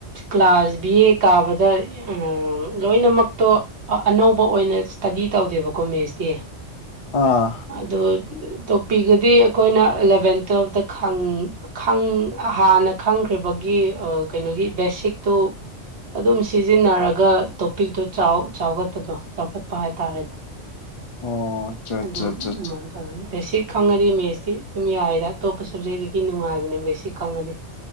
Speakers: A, on the right (about 60°); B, on the left (about 35°).
A: ꯀ꯭ꯂꯥꯁ ꯕꯤ ꯑꯦ ꯀꯥꯕꯗ ꯎꯝ ꯂꯣꯏꯅꯃꯛꯇꯣ ꯑꯅꯧꯕ ꯑꯣꯏꯅ ꯏꯁꯇꯗꯤ ꯇꯧꯗꯦꯕꯀꯣ ꯃꯦꯠꯁꯇꯤ
B: ꯑꯥ
A: ꯑꯗꯣ ꯇꯣꯄꯤꯒꯗꯤ ꯑꯩꯈꯣꯏꯅ ꯑꯦꯂꯕꯦꯟ ꯇꯨꯋꯦꯜꯐꯇ ꯈꯪ ꯈꯪ ꯍꯥꯟꯅ ꯈꯪꯈ꯭ꯔꯤꯕꯒꯤ ꯀꯩꯅꯣꯒꯤ ꯕꯦꯁꯤꯛꯇꯣ ꯑꯗꯨꯝ ꯁꯤꯖꯤꯟꯅꯔꯒ ꯇꯣꯄꯤꯛꯇꯣ ꯆꯥꯎꯈꯠꯄꯗꯣ ꯆꯥꯎꯈꯠꯄ ꯍꯥꯏꯇꯥꯔꯦꯗ
B: ꯑꯣ ꯑꯠꯆꯥ ꯑꯠꯆꯥ
A: ꯑꯗꯨꯝ
B: ꯑꯠꯆꯥ
A: ꯑꯗꯨꯃꯥꯏꯅ ꯇꯧꯔ ꯕꯦꯁꯤꯛ ꯈꯪꯉꯗꯤ ꯃꯦꯠꯁꯇꯤ ꯑꯗꯨꯝ ꯌꯥꯏꯗ ꯑꯇꯣꯞꯄ ꯁ꯭ꯕꯖꯦꯛꯇꯒꯤ ꯅꯨꯡꯉꯥꯏꯕꯅꯦ ꯕꯦꯁꯤꯛ ꯈꯪꯉꯗꯤ